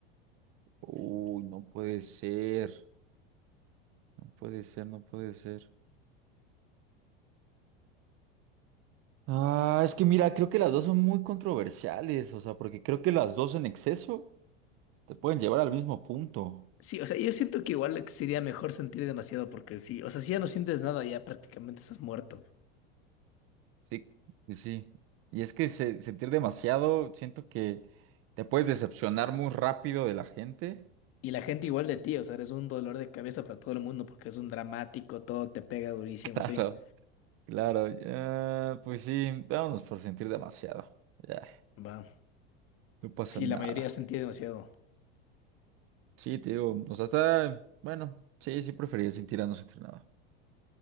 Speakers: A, on the right; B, on the left.
A: Uy, no puede ser, no puede ser, no puede ser. Ah, es que mira, creo que las dos son muy controversiales, o sea, porque creo que las dos en exceso te pueden llevar al mismo punto.
B: Sí, o sea, yo siento que igual sería mejor sentir demasiado porque sí, o sea, si ya no sientes nada, ya prácticamente estás muerto.
A: Sí, sí. sí. Y es que se- sentir demasiado, siento que te puedes decepcionar muy rápido de la gente.
B: Y la gente igual de ti, o sea, eres un dolor de cabeza para todo el mundo porque es un dramático, todo te pega durísimo,
A: <laughs> Claro,
B: sí.
A: claro. ya, pues sí, vámonos por sentir demasiado. Ya,
B: Va.
A: no pasa
B: Sí,
A: nada.
B: la mayoría sentía demasiado.
A: Sí, te digo, o sea, está, bueno, sí, sí preferiría sentir a no sentir nada.